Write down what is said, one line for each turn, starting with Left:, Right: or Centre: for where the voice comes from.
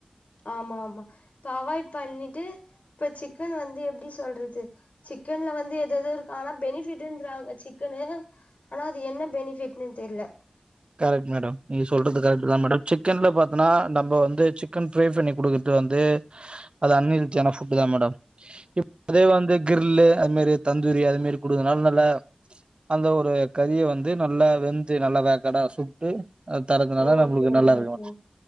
Left: ஆமா ஆமா இப்ப அவாய்ட் பண்ணிட்டு இப்ப சிக்கன் வந்து எப்டி சொல்றது சிக்கன்ல வந்து எது எது இருக்கா ஆனா பெனிஃபிட்ன்றாங்க சிக்கனு ஆனா அது என்ன பெனிஃபிட்ன்னு தெரில
Right: கரெக்ட் மேடம் நீங்க சொல்றது கரெக்ட் தா மேடம் சிக்கன்ல பாத்தனா நம்ம வந்து சிக் சிக்கன் ஃப்ரை பண்ணி கொடுக்குறது வந்து அது அன்கெல்த்தியான ஃபுட்டு தா மேடம் இப்ப அதே வந்து கிரில்ல்லு அது மாறி தந்தூரி அது மாறி குடுகுதுனால நல்ல அந்த ஒரு கறிய வந்து நல்லா வெந்து நல்லா வேக்கடா சுட்டு அது தரறதுனால
Left: ஓகே
Right: நம்மளுக்கு நல்லா
Left: ஓகே
Right: இருக்கும்